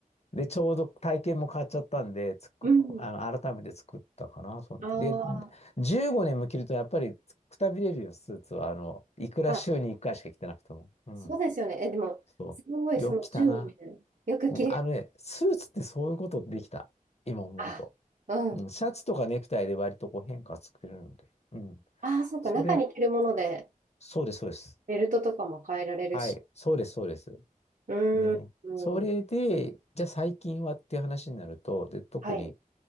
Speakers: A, on the left; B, on the right.
A: で、ちょうど体験も変わっちゃったんで、つく、
B: うん。
A: あの、改めて作ったかな、その時。
B: ああ、
A: で、15年も着るとやっぱりくたびれるよ、スーツは。あの、いくら週に1回しか着てなくても。
B: まあ、
A: うん、
B: そうですよね。え、でも、
A: そう。
B: すごいその15年、
A: よく着たな。
B: よく着れる。
A: うん、あのね、スーツってそういうことできた。今思うと。
B: あ、うん。
A: うん、シャツとかネクタイで割とこう変化作れるので。うん。
B: ああ、そうか。
A: それ、
B: 中に着るもので、
A: そうです、そうです。
B: ベルトとかも変えられるし。
A: はい、そうです、そうです。
B: うん。
A: ね。
B: うん。
A: それで、じゃあ最近はっていう話になると、で、特に、
B: はい。